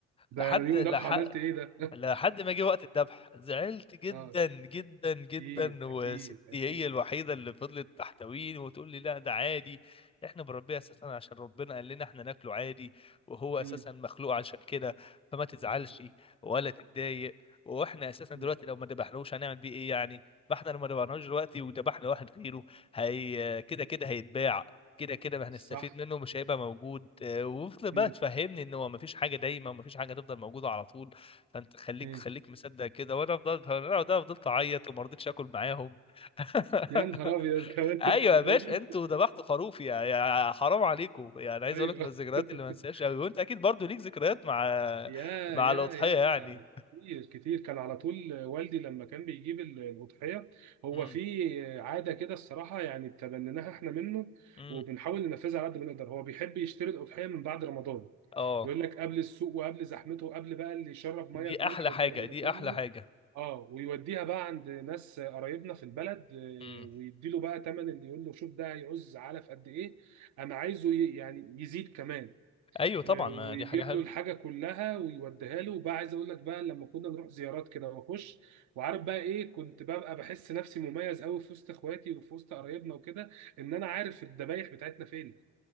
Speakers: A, on the right (about 70°); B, on the left (about 20°).
A: ده
B: لحد
A: اليوم
B: لحق
A: ده عملت ايه ده؟
B: لحد ما جه وقت الذبح زعلت جدا
A: اه
B: جدا جدا
A: اكيد
B: وستي
A: اكيد اكيد
B: هي الوحيده اللي فضلت تحتويني وتقول لي لا ده عادي احنا بنربيه اساسا عشان ربنا قال لنا احنا ناكله عادي وهو
A: مم.
B: اساسا مخلوق عشان كده فما تزعلش
A: مم.
B: ولا تتضايق واحنا اساسا دلوقتي
A: مم.
B: لو ما ذبحناهوش هنعمل بيه ايه يعني ما احنا لو ما ذبحناهوش دلوقتي وذبحنا واحد غيره هي كده كده هيتباع كده كده ما هنستفيد
A: صح
B: منه مش هيبقى موجود آه، وفضل بقى
A: مم.
B: تفهمني ان هو ما فيش حاجه دايما وما فيش حاجه تفضل موجوده على طول فانت خليك
A: مم.
B: خليك مصدق كده وانا فضلت انا ده فضلت اعيط وما رضيتش اكل معاهم <laughs>
A: يا نهار ابيض كمان
B: ايوه
A: الدرجه
B: يا باشا
A: دي
B: انتوا ذبحتوا خروف يا يا حرام عليكم يعني عايز
A: ايوه
B: اقول لك من الذكريات اللي ما
A: <laughs>
B: انساهاش قوي وانت اكيد برضو ليك ذكريات مع
A: يا
B: مع
A: يا
B: الاضحيه
A: يا
B: يعني
A: كتير كتير كان على طول والدي لما كان بيجيب ال- الأضحية هو
B: امم
A: في عادة كده الصراحة يعني تبنيناها احنا منه
B: امم
A: وبنحاول ننفذها على قد ما نقدر هو بيحب يشتري الأضحية من بعد رمضان
B: اه
A: يقول لك قبل السوق وقبل زحمته وقبل بقى اللي يشرب ميه
B: دي
A: بملح
B: احلى
A: والكلام
B: حاجه دي
A: ده كله
B: احلى حاجه
A: اه ويوديها بقى عند ناس قرايبنا في البلد آه،
B: امم
A: ويديله بقى تمن اللي يقول له شوف ده هيعوز علف قد ايه انا عايزه ي- يعني يزيد كمان
B: ايوه طبعا
A: آه،
B: ما
A: ويجيب
B: دي حاجه حلوه
A: له الحاجه كلها ويوديها له وبقى عايز اقول لك بقى لما كنا نروح زيارات كده واخش وعارف بقى ايه كنت ببقى بحس نفسي مميز قوي في وسط اخواتي وفي وسط قرايبنا وكده ان انا عارف الذبايح بتاعتنا فين